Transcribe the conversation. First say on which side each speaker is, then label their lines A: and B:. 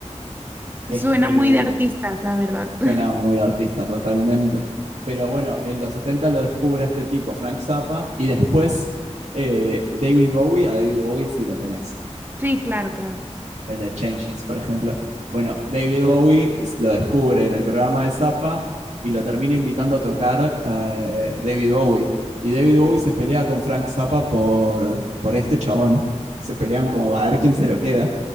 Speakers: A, on the right; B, on the right.
A: Este,
B: Suena muy de artistas, la verdad.
A: suena
B: <laughs>
A: muy artista totalmente. Pero bueno, en los 70 lo descubre este tipo, Frank Zappa, y después eh, David Bowie, a David Bowie sí lo tenés.
B: Sí, claro, claro.
A: el de Changes, por ejemplo. Bueno, David Bowie lo descubre en el programa de Zappa y lo termina invitando a tocar eh, David Bowie. Y David Bowie se pelea con Frank Zappa por, por este chabón. Se pelean como a ver quién se lo queda.